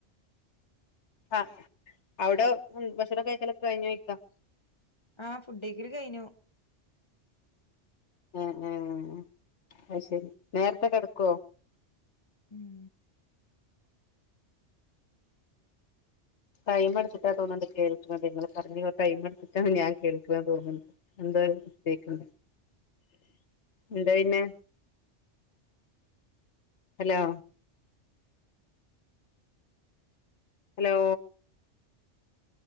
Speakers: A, on the left; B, on the left.
A: ആഹ് അവിടെ ഉം ഭക്ഷണം കഴിക്കലൊക്കെ കഴിഞ്ഞ് വയ്ക്ക
B: ആഹ് ഫുഡഴിക്കല് കഴിഞ്ഞു
A: ഉം -ഉം അത് ശരി നേരത്തെ കെടക്കുവോ
B: ഉം
A: ടൈം എടുത്തിട്ടാ തോന്നുണ്ട് കേൾക്കണതേ നിങ്ങള് പറഞ്ഞ് ടൈം എടുത്തിട്ടാണ് ഞാൻ കേൾക്കണ തോന്നുന്നു ടെ തേക്കും എന്താ പിന്നെ ഹലോ ഹലോ